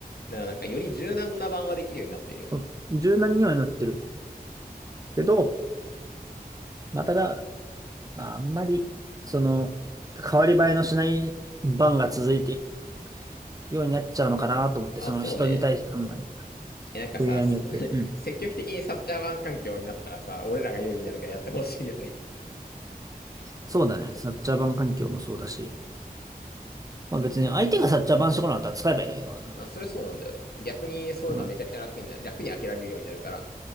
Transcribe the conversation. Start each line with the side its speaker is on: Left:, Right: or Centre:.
Left: らなんかより柔軟な版はできるようになってるよね。
Right: うん柔軟にはなってるけど、まあ、ただ、まあ、あんまり、その、変わり映えのしない番が続いていくようになっちゃうのかなと思って、
Left: あ、
Right: その人に対して、
Left: そうね。
Right: あんまり、
Left: え、なんかさ、
Right: プレイヤーによって。
Left: す <laughs>
Right: うん。
Left: 積極的にサッチャー湾環境になったらさ、俺らが有利になるからやってほしいよね。
Right: そうだね。サッチャーバン環境もそうだし。まあ別に相手がサッチャーバンしてこなかったら使えばいいんだけどな。
Left: <laughs> まあ、それそうなんだよね。逆にそういうのはめちゃくちゃ楽になる、
Right: うん。
Left: 楽に飽きられるようになるから。